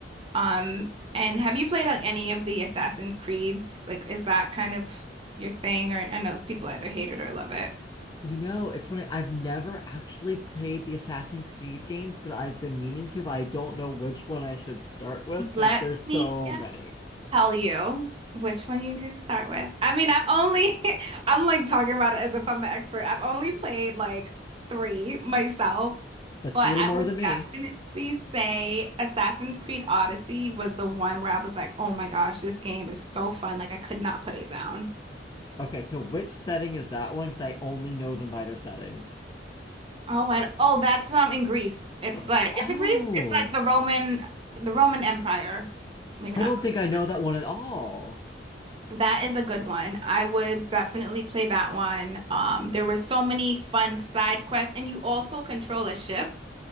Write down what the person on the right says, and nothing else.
Um, and have you played like any of the Assassin's Creeds? Like, is that kind of your thing? Or I know people either hate it or love it.
Let
me
tell you which one you need to start with. I mean, I've only, <laughs> I'm like talking about it as if I'm an expert. I've only played like three myself,
but
I
would
definitely say Assassin's Creed Odyssey was the one where I was like, oh my gosh, this game is so fun. Like, I could not put it down.
Oh, I, oh, that's um in Greece. It's
like,
is it Greece? It's like the Roman, the Roman Empire. Maybe
not
Greece.
That is a good one. I would definitely play that one. Um, there were so many fun side quests, and you also control a ship.